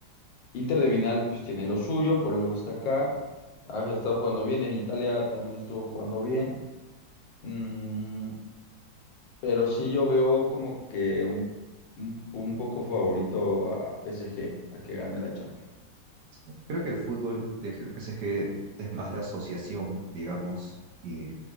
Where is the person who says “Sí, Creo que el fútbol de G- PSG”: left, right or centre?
Right